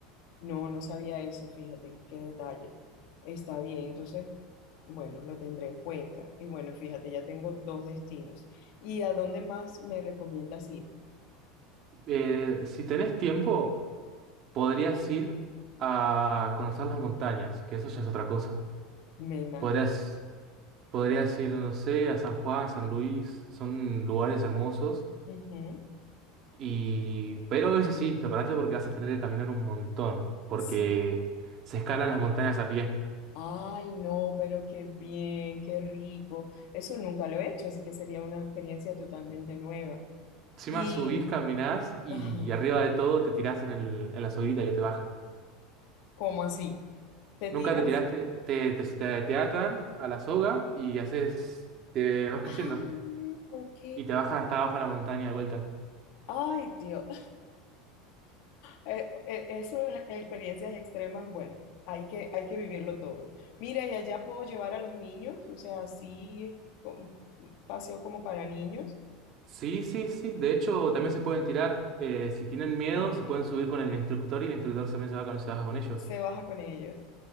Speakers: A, on the left; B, on the right.
A: No, no sabía eso, fíjate, qué detalle. Está bien, entonces, bueno, lo tendré en cuenta. Y bueno, fíjate, ya tengo dos destinos. ¿Y a dónde más me recomiendas ir?
B: Eh, si tenés tiempo, podrías ir a conocer las montañas, que eso ya es otra cosa.
A: Me imagino.
B: Podrías, podrías
A: Ven.
B: ir, no sé, a San Juan, San Luis, son lugares hermosos
A: Ujú,
B: Y, pero eso sí, prepárate porque vas a tener que caminar un montón, porque
A: Sí.
B: se escalan las montañas a pie.
A: Ay, no, pero qué bien, qué rico. Eso nunca lo he hecho, así que sería una experiencia totalmente nueva.
B: Encima
A: Y,
B: subís, caminás y
A: ajá,
B: arriba de todo te tirás en el, en la soguita que te baja.
A: ¿cómo así? ¿Te
B: Nunca
A: tiras?
B: te tiraste, te, te, te, te atan a la soga y haces, te vas cayendo
A: Ah, ok.
B: y te bajan hasta abajo de la montaña de vuelta.
A: Ay, Dios. Eh, eh, eso, eh, experiencias extremas, bueno, hay que, hay que vivirlo todo. Mira, y allá puedo llevar a los niños, o sea, así es como- un paseo como para niños.
B: Sí, sí, sí. De hecho, también se pueden tirar. eh, si tienen miedo,
A: Ay,
B: se pueden subir con el instructor y el instructor también se va con, se baja con ellos.
A: se baja con ellos.